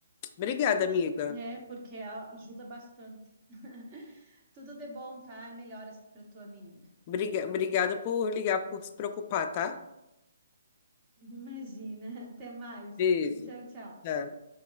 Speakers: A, on the left; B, on the right.
A: Obrigada, amiga.
B: É, porque a- ajuda bastante. <laughs> Tudo de bom, tá? E melhoras para tua menina.
A: Briga, obrigada por ligar, por se preocupar, tá?
B: Imagina. Até mais.
A: Beijo.
B: Tchau, tchau.
A: Tchau.